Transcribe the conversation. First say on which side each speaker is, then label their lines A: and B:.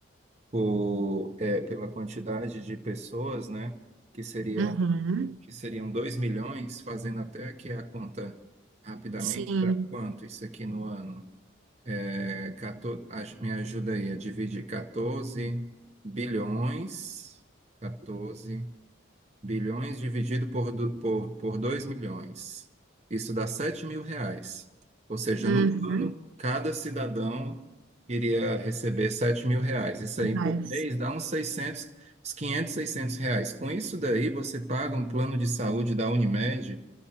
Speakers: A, on the right; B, on the right.
A: por, é, pela quantidade de pessoas, né, que seriam,
B: Uhum.
A: que seriam 2 milhões, fazendo até aqui a conta rapidamente,
B: Sim.
A: dá quanto isso aqui no ano? É, 14, aj- me ajuda aí a dividir 14 bilhões, 14 bilhões dividido por, do- por, por 2 milhões. Isso dá sete mil reais. Ou seja,
B: Uhum.
A: no ano, cada cidadão iria receber sete mil reais. Isso aí
B: Mas.
A: por mês dá uns 600, uns 500, 600 reais. Com isso daí, você paga um plano de saúde da Unimed